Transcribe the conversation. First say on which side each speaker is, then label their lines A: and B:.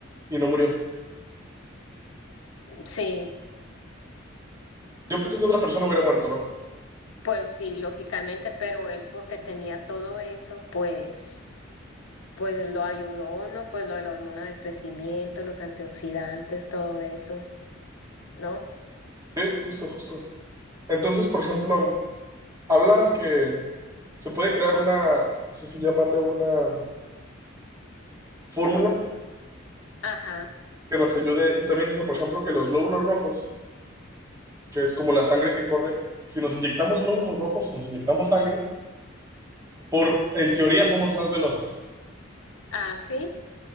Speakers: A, on the right; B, on the left.
A: y no murió.
B: sí,
A: Yo pienso que otra persona hubiera muerto, ¿no?
B: pues sí, lógicamente, pero él porque tenía todo eso, pues, pues lo ayudó, ¿no? Pues lo de la hormona del crecimiento, los antioxidantes, todo eso, ¿no?
A: Sí, justo, justo. Entonces, por ejemplo, habla que se puede crear una, no sé si llamarle una mm, fórmula
B: Ajá.
A: que nos ayude. Y también dice, por ejemplo, que los glóbulos rojos, que es como la sangre que corre, si nos inyectamos glóbulos rojos, si nos inyectamos sangre, por, en teoría somos más veloces.
B: Ah, sí.